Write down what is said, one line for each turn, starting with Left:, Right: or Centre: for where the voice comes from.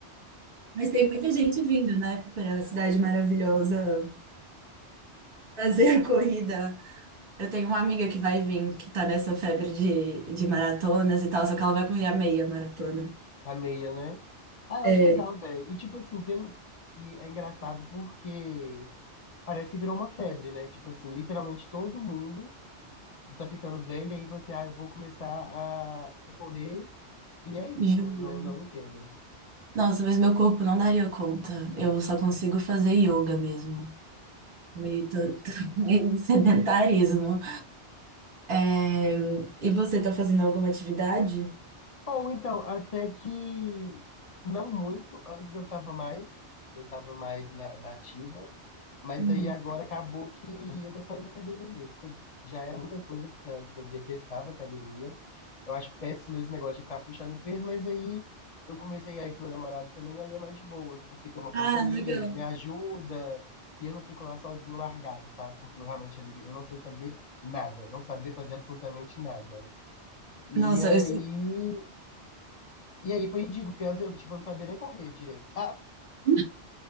Right: Mas tem muita gente vindo, né, pra Cidade Maravilhosa fazer a corrida. Eu tenho uma amiga que vai vir, que tá nessa febre de, de maratonas e tal, só que ela vai correr a meia maratona.
Left: A meia, né? Ah, eu
Right: É,
Left: acho legal, velho. E tipo assim, pelo. E é engraçado porque parece que virou uma febre, né? Tipo assim, literalmente todo mundo tá ficando velho e aí fala assim, ah, eu vou começar a a correr e é isso.
Right: juro.
Left: Não, não entendo.
Right: Nossa, mas meu corpo não daria conta. Eu só consigo fazer yoga mesmo. Meio tô, <laughs> meio sedentarismo. É, e você tá fazendo alguma atividade?
Left: Ou então, até que não muito, antes eu tava mais, eu tava mais na, na ativa. Mas
Right: Hum.
Left: aí agora acabou que eu tô só indo na academia mesmo, que eu- já é muita coisa, porque antes eu detestava academia. Eu acho péssimo esse negócio de ficar puxando peso, mas aí eu comecei a ir com meu namorado também, aí é mais de boas, porque tem uma companhia,
Right: Ah, legal.
Left: ele me ajuda, e eu não fico lá sozinho largado, sabe? Porque eu realmente, amiga, eu não sei fazer nada, não saber fazer absolutamente nada. E
Right: Nossa,
Left: aí,
Right: eu sou.
Left: e aí foi ridículo, porque antes eu, tipo, não sabia nem correr direito.
Right: <laughs>